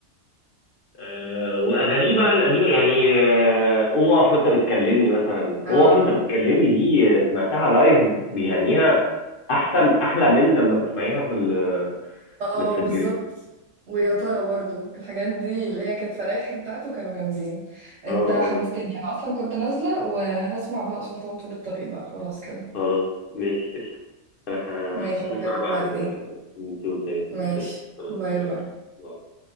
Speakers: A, on the left (about 55°); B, on the right (about 60°).
A: آه، واغانيه بقى القديمه يعني آه، قوم اقف وانت بتكلمني مثلا
B: اه
A: قوم اقف وانت بتكلمني دي آه، سمعتها لايف بيغنيها احسن احلى من لما بتسمعيها في ال-
B: اه
A: متسجله
B: بالظبط ويا ترى برضو الحاجات دي اللي هي كانت فرايحي بتاعته كانوا جامدين انت
A: اه اه
B: حمستني انا اصلا كنت نازله وهسمع بهاء سلطان طول الطريق بقى خلاص كده
A: خلاص ماشي قشطه انا ه-
B: ماشي
A: هشوف
B: بكلمك
A: انا بقى
B: بعدين
A: ال- انت قلت ايه
B: ماشي
A: قشطه خلاص
B: باي
A: يلا
B: باي
A: باي.